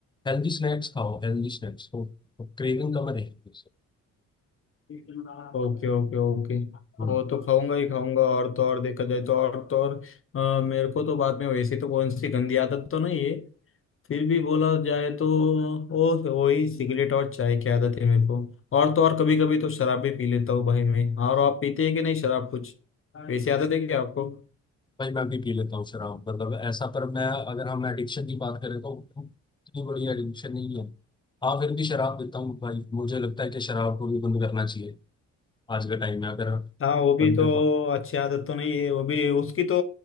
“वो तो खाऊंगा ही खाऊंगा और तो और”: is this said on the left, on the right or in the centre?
Left